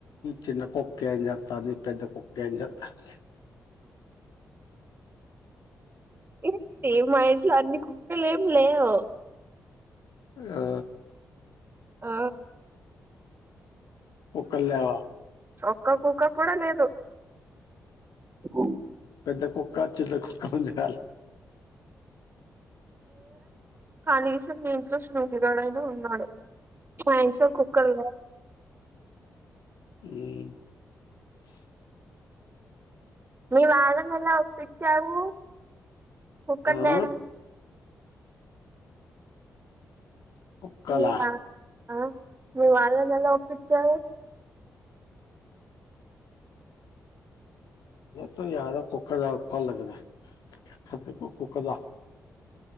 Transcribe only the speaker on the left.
చిన్న కుక్కే అని చెస్తంది పెద్ద కుక్కే అని చెస్తంది
ఆ
కుక్కలులేవా
పెద్ద కుక్క చిన్న కుక్క ఉందిలే
మ్
ఆ
కుక్కలా
తో ద కుక్క దకోగద అ కుక్క ద